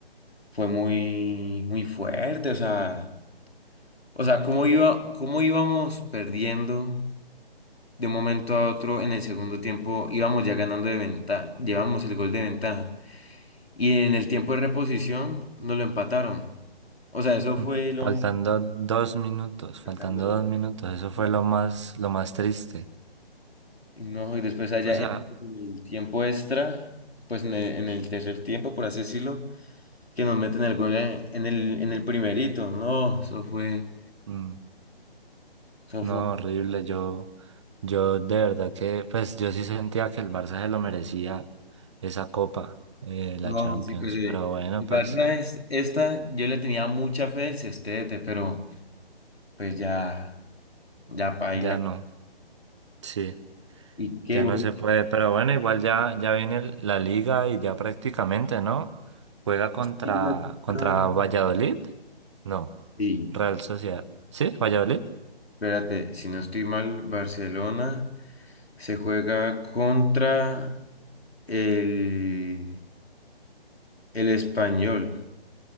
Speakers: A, on the left (about 85°); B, on the right (about 30°).
A: fue muy, muy fuerte, o sea. O sea, ¿cómo iba, cómo íbamos perdiendo de un momento a otro en el segundo tiempo? Íbamos ya ganando de ventaja, llevamos el gol de ventaja. Y en el tiempo de reposición nos lo empataron. O sea, eso
B: mm.
A: fue lo...
B: Faltando dos minutos, faltando
A: faltando
B: dos minutos, eso fue
A: unos-
B: lo más, lo más triste.
A: Y no, y después allá
B: O sea,
A: en pues, en el tiempo extra, pues en el, en el tercer tiempo, por así decirlo, que nos meten el gol en en el, en el primerito. No, eso fue...
B: mm,
A: Eso
B: No,
A: fue
B: horrible. Yo, yo de verdad que, pues yo sí sentía que el Barça se lo merecía esa copa, eh,
A: No,
B: la Champions.
A: sí, pues eh,
B: Pero bueno,
A: el
B: pues
A: Barcelona es esta, yo le tenía mucha fe al Cestete, pero pues ya, ya paila.
B: ya no. Sí,
A: ¿Y qué,
B: ya
A: gol?
B: no se puede. Pero bueno, igual ya, ya viene el- la liga y ya prácticamente, ¿no? Juega contra,
A: y la-
B: contra
A: ah,
B: Valladolid. No,
A: sí.
B: Real Sociedad. ¿Sí? ¿Valladolid?
A: Espérate, si no estoy mal, Barcelona se juega contra el, el español.